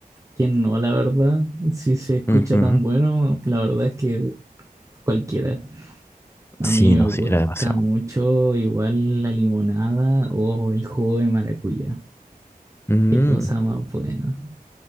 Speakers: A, on the right; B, on the left.
A: ¿quién no, la verdad? Si se escucha
B: Ujú.
A: tan bueno, la verdad es que cualquiera. A
B: Sí,
A: mí me
B: no,
A: gusta
B: sí, era demasiado.
A: mucho igual la limonada o el jugo de maracuyá.
B: Mm.
A: Qué cosa más buena.